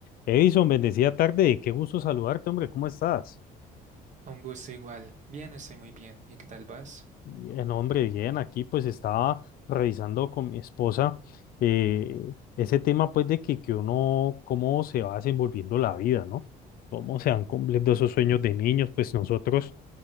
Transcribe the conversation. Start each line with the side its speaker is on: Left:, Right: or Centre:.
Left: Edison, bendecida tarde, qué gusto saludarte, hombre, ¿cómo estás?
Right: Un gusto igual. Bien, estoy muy bien. ¿Y qué tal vas?
Left: Bien, hombre, bien, aquí pues estaba revisando con mi esposa eh, ese tema pues de que, que uno, cómo se va desenvolviendo la vida, ¿no? Cómo se van cumpliendo esos sueños de niños, pues nosotros,